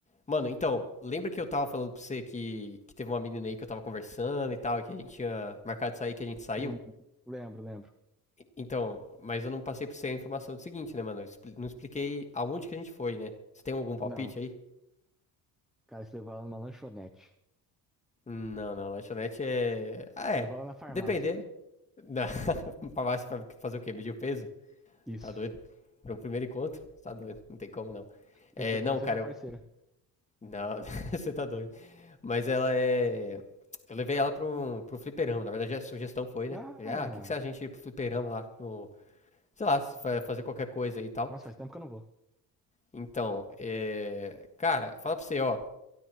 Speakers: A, on the left; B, in the centre.
A: Mano, então, lembra que eu tava falando pra você que, que teve uma menina aí que eu tava conversando e tal, e que a gente tinha marcado de sair, que a gente saiu?
B: Hum, lembro, lembro.
A: E- Então, mas eu não passei pra você a informação do seguinte, né, mano? Eu expli- não expliquei aonde que a gente foi, né? Você tem algum palpite
B: Não,
A: aí?
B: cara, você levou ela numa lanchonete.
A: Não, não, lanchonete é. Ah,
B: Você
A: é.
B: levou ela na farmácia.
A: Depender. Não. <laughs> Pra baixo, pra fazer o quê? Medir o peso?
B: Isso.
A: Tá doido? Pra um primeiro encontro? Tá doido, não tem como não.
B: Precisa
A: É,
B: conhecer
A: não, cara,
B: sua parceira.
A: eu Não, <laughs> você tá doido. Mas ela é. Eu levei ela pra um, pra um fliperama. Na verdade, a sugestão foi,
B: Ah,
A: né? Ah, o que que se a gente ir pro fliperama lá no. Sei lá, se fa- fazer qualquer coisa aí e tal.
B: nossa, faz tempo que eu não vou.
A: Então, é... cara, fala pra você, ó.